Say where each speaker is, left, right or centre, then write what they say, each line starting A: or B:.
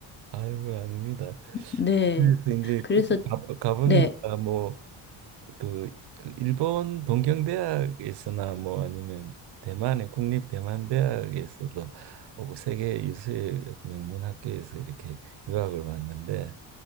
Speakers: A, on the right; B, on the left.
A: 아이고 아닙니다.
B: 네.
A: 그래서 이제
B: 그래서,
A: 그 가, 가보니까
B: 네,
A: 뭐 그, 그 일본 동경대학에서나 뭐 아니면 대만의 국립 대만대학에서도 오고 세계 유수의 어떤 명문 학교에서 이렇게 유학을 왔는데